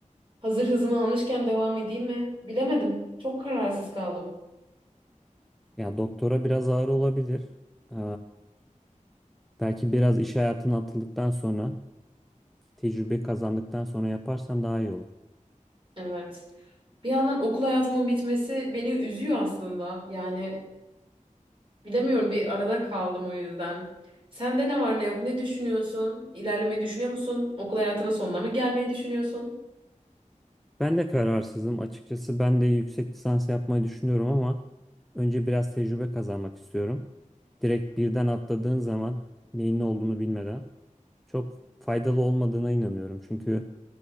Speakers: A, on the right (about 40°); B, in the centre.
A: Hazır hızımı almışken devam edeyim mi? Bilemedim. Çok kararsız kaldım.
B: Ya doktora biraz ağır olabilir. Ee, belki biraz iş hayatına atıldıktan sonra, tecrübe kazandıktan sonra yaparsan daha iyi olur.
A: Evet. Bir yandan okul hayatımın bitmesi beni üzüyor aslında. Yani bilemiyorum bir arada kaldım o yüzden. Sende ne var ne yok ne düşünüyorsun? İlerlemeyi düşünüyor musun? Okul hayatının sonuna mı gelmeyi düşünüyorsun?
B: Ben de kararsızım. Açıkçası ben de yüksek lisans yapmayı düşünüyorum ama önce biraz tecrübe kazanmak istiyorum. Direkt birden atladığın zaman neyin ne olduğunu bilmeden. çok faydalı olmadığına inanıyorum. Çünkü